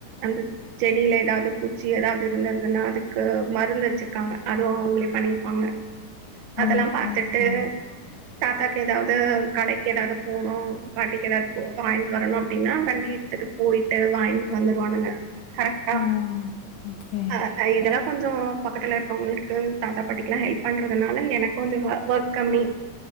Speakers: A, on the right; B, on the left.
A: அந்த செடியில ஏதாவ்து பூச்சி ஏதாவ்து இருந்ததுன்னா அதுக்கு மருந்து வச்சிருக்காங்க அதுவும் அவங்களே பண்ணியிருப்பாங்க அதெல்லாம்
B: ஓகே,
A: பாத்துட்டு
B: ஓகே.
A: தாத்தாக்கு ஏதாவது கடைக்கு ஏதாவது போணும் பாட்டிக்கு ஏதாவது போ வாங்கிட்டு வரணும் அப்படின்னா வண்டி எடுத்துட்டு போயிட்டு வாங்கிட்டு வந்துருவானுங்க கரெக்டா
B: ஓ! ஓகே.
A: ஆஹ் இதெல்லாம் கொஞ்சம் பக்கத்துல இருக்கவங்களுக்கு தாத்தா பாட்டிக்கு எல்லாம் ஹெல்ப் பண்றதுனால எனக்கு கொஞ்சம் ஒர்க் கம்மி